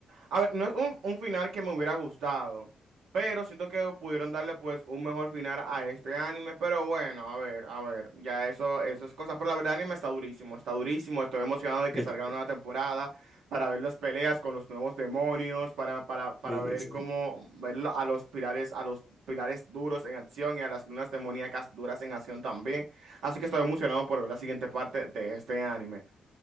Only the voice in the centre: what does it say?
sí.
Sí, sí,
sí.